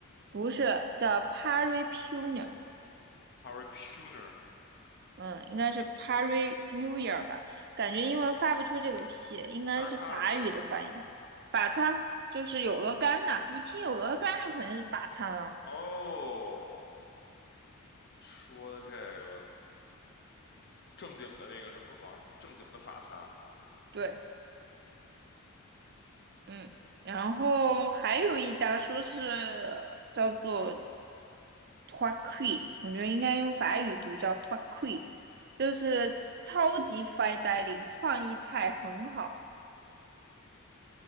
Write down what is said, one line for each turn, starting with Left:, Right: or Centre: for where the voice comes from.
Right: 不是叫 Pari Puner，
Left: Puner，
Right: 嗯，应该是 p a r i New Year 吧？感觉英文发不出这个 P，应该是法语的发音。
Left: <laughs> 但是他是吃什么的？
Right: 法餐就是有鹅肝呐，一听有鹅肝就肯定是法餐了。
Left: 哦，说的这个正经的那个什么吗？正经的法餐
Right: 对，嗯，然后还有一家说是呃叫做 t o i q u i 我觉得应该用法语读叫 t o i q u i 就是超级 fine dining，创意菜很好，